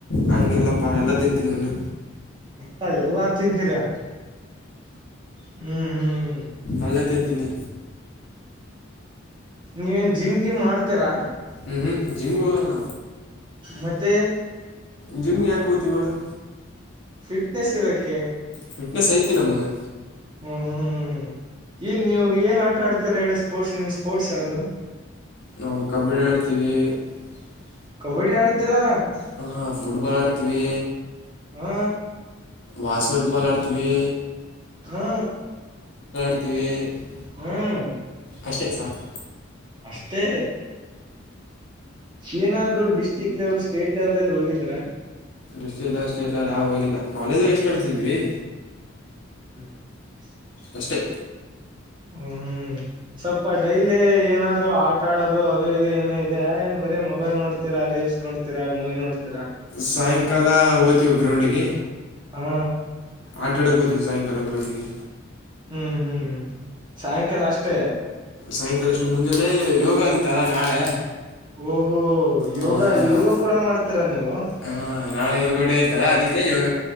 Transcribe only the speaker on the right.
ಮತ್ತ ಎಲ್ಲಾ ತಿಂತೀರಾ <inaudible> ಹ್ಮ್ ಹ್ಮ್
ನೀವೇನ್ ಜಿಮ್ ಗಿಮ್ ಮಾಡ್ತೀರಾ
ಮತ್ತೆ
ಫಿಟ್ನೆಸ್ ಇರೋಕೆ
ಹ್ಮ್ ಹ್ಮ್ ಹ್ಮ್ ಏನ್ ನೀವ್ ಏನ್ ಆಟ ಆಡ್ತರ ಹೇಳಿ ಸ್ಪೋರ್ಟ್ಸ್ ನಿಮ್ ಸ್ಪೋರ್ಟ್ಸ್ ಯಾವ್ದು
ಕಬಡ್ಡಿ ಆಡ್ತೀರಾ
ಹಾ
ಹಾ
ಹ್ಮ್
ಅಷ್ಟೇ ಏನಾದ್ರು ಡಿಸ್ಟ್ರಿಕ್ ಲೆವೆಲ್ ಸ್ಟೇಟ್ ಲೆವೆಲ್ ಅಲ್ಲಿ ಹೋಗಿದ್ರಾ
<inaudible>
ಹ್ಮ್ ಸ್ವಲ್ಪ ಡೈಲಿ ಏನಾದ್ರು ಆಟ ಆಡೋದು ಅದು ಇದು ಏನೋ ಇದೆ ಏನ್ ಬರೀ ಮೊಬೈಲ್ ನೋಡ್ತೀರಾ ರೀಲ್ ನೋಡ್ತೀರಾ ಮೂವಿ ನೋಡ್ತೀರಾ
ಹಾ
ಹ್ಮ್ ಹ್ಮ್ ಸಾಯಂಕಾಲ ಅಷ್ಟೇ
ಓಹೋ ಯೋಗ
ಯೋಗ ಕೂಡ ಮಾಡ್ತೀರಾ ನೀವು